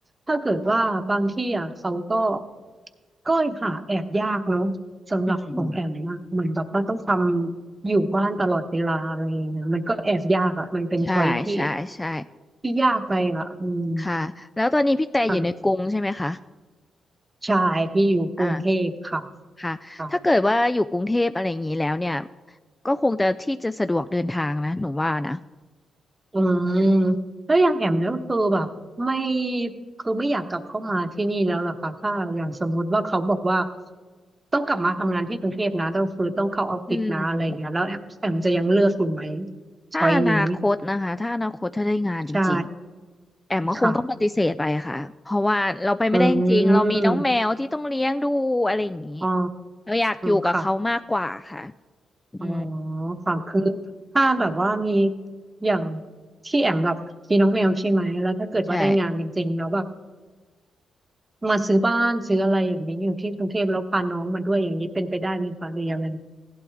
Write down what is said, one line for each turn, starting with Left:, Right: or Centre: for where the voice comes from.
Right: ถ้าเกิดว่าบางที่อะเขาก็ก็หาแอบยากเนาะสำหรับของแอมนะเหมือนแบบว่าต้องทำ
Left: อืม
Right: อยู่บ้านตลอดเวลาอะไรอย่างเงี้ยมันก็แอบยากอ่ะมันเป็นช้อยที่
Left: ใช่ใช่ใช่
Right: ที่ยากไปอ่ะอืม
Left: ค่ะแล้วตอนนี้พี่แต่อยู่ในกรุงใช่ไหมคะ
Right: ค่ะใชายที่อยู่กรุงเทพค่ะ
Left: อ่าค่ะถ้าเกิดว่าอยู่กรุงเทพอะไรอย่างนี้แล้วเนี่ย
Right: ค่ะ
Left: ก็คงจะที่จะสะดวกเดินทางนะหนูว่านะ
Right: อืมแล้วอย่างแอมเนี่ยก็คือแบบไม่คือไม่อยากกลับเข้ามาที่นี่แล้วล่ะค่ะถ้าอย่างสมมุติว่าเขาบอกว่าต้องกลับมาทำงานที่กรุงเทพนะต้องคือต้องเข้าออฟฟิศนะอะไรอย่างเงี้ยแล้วแอมแอมจะยังเลือกอยู่ไหม
Left: อืม ถ้าอนาคตนะคะถ้าอนาคตถ้าได้งานจริง
Right: ช้อยนี้ใช่
Left: ๆแอมก็คงต้องปฏิเสธไปค่ะเพราะว่าเราไปไม่ได้จริงๆเรามีน้องแมวที่ต้องเลี้ยงดูอะไรอย่างนี้
Right: ค่ะอืมอ๋อ
Left: เราอยากอยู่กับเขามากกว่าค่ะ
Right: ค่ะ
Left: อืม
Right: อ๋อค่ะคือถ้าแบบว่ามีอย่างที่แอมแบบมีน้องแมวใช่ไหมแล้วถ้าเกิดว่าได้งานจริงๆแล้วแบบ
Left: ใช่
Right: มาซื้อบ้านซื้ออะไรอย่างนี้อยู่ที่กรุงเทพแล้วพาน้องมาด้วยอย่างนี้เป็นไปได้ไหมคะหรือยังไง